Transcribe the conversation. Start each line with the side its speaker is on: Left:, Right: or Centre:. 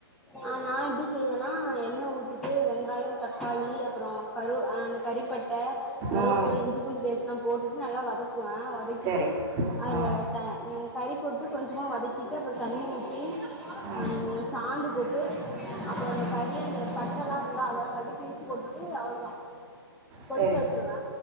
Centre: ஆ நா எப்டி செய்வனா எண்ண ஊத்திட்டு வெங்காயோ தக்காளி கரு அந்த கரிப்பட்ட கரோப்புலா
Right: ம்
Centre: இஞ்சி பூண்டு பேஸ்ல்லா போட்டுட்டு நல்லா வதக்குவ வதக்கிட்டு
Right: சரி
Centre: அதுல
Right: ம்
Centre: த கறி போட்டு கொஞ்சமா வதக்கிட்டு அப்புற தண்ணி ஊத்தி
Right: ம்
Centre: அ சாந்து போட் ட்டு அப்புற அந்த கரி அந்த பட்டல்லா இருக்குள்ள அதெல்லா கிழிச்சு போட்டுட்டு அவ்ளதா கொதிக்க
Right: சரி
Centre: வச்சிருவ
Right: சரி